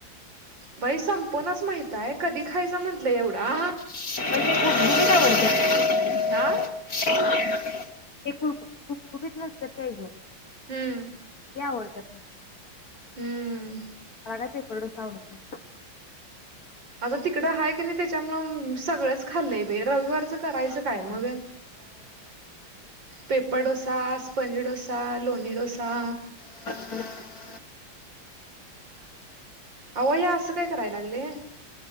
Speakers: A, on the right; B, on the left.
A: बाई संपनाच माहित आहे कधी खायच म्हंटलं एवढा.
B: <unintelligible> ते गुब
A: हा
B: गुबगुबीत नसत्यात काय ग?
A: हम्म..
B: ते आवडतात मला.
A: हम्म..
B: मला काय पेपर डोसा आवडत नाही.
A: आता तिकडं आहे का नाही त्याच्यामुळ सगळंच खाल्लंय बाई रविवारच करायचं काय मग. पेपर डोसा, स्पंज डोसा, लोणी डोसा.
B: <unintelligible>
A: आहों हे असं काय करायला लागलय?